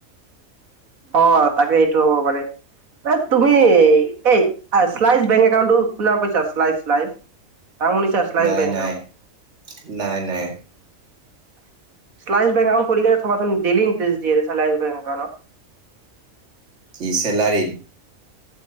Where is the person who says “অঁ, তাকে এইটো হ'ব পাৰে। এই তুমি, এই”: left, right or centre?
Right